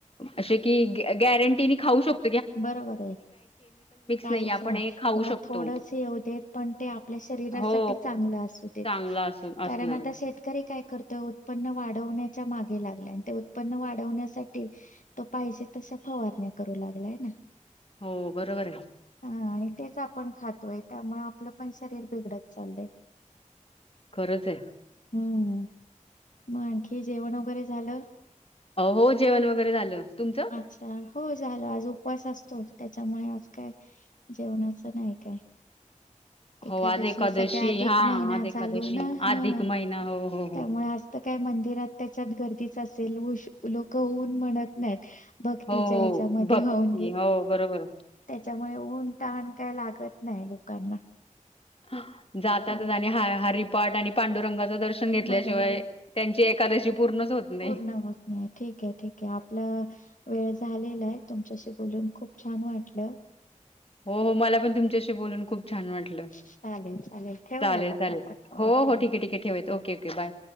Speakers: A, on the left; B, on the left.
A: असे की गॅ गॅरंटीनी खाऊ शक
B: बरोबरये काहीच
A: नाही आपण
B: नाय
A: हे खाऊ
B: बाबा
A: शकतो.
B: थोडस येऊ देत पण ते आपल्या शरीरासाठी
A: हो
B: चांगलं असू देत
A: चांगला अस असणार
B: कारण आता शेतकरी काय करतोय उत्पन्न वाढवण्यात त्या मागे लागलाय आणि ते उत्पन्न वाढवण्यासाठी तो पाहिजे तशा फवारण्या करू लागलाय. <inaudible>
A: हो बरोबर ये.
B: हा आणि तेच आपण खातोय त्यामुळे आपलं पण शरीर बिघडत चाललंय.
A: खरंच आहे.
B: हूं हूं म आण कि जेवण वगैरे झालं.
A: हो जेवण वगैरे झालं तुमचं
B: अच्छा हो झालं आज उप उपवास असतो त्याच्यामुळे आज काय जेवणाच नाय काय
A: हो
B: एखादशी
A: आज एकादशी
B: सध्या अधीक
A: हा
B: महिना
A: आज एकादशी
B: चालू ना ह
A: अधिक महिना हो हो हो.
B: त्यामुळ आज तर काय मंदिरात त्याच्यात गर्दी ससेल लोक ऊन म्हणत नाहीत. भक्ततीच्या
A: हो
B: ह्याच्यामध्ये
A: भक्ती
B: होऊन
A: हो बरोबर.
B: त्याच्यामुळे ऊन तानं काय लागत नाय लोकांना
A: <inaudible> जातातच
B: चाल
A: आणि ह हरी पाठ आणि पांडुरंगा च दर्शन घेतल्याशिवाय
B: बरोबर आहे
A: त्यांचे एकादशी पूर्णच होत नाही
B: पूर्ण होत नाही ठीक आहे ठीक आहे आपला वेळ झालेला आहे तुमच्याशी बोलून खूप छान वाटलं.
A: हो हो मला पण तुमच्याशी बोलून खूप छान वाटलं
B: चालेल चालेल ठेवूयात
A: चालेल
B: आता
A: चालेल
B: आपण
A: हो
B: ओके
A: हो
B: बाय
A: ठीके ठीके ठेवुयत ओके ओके बाय.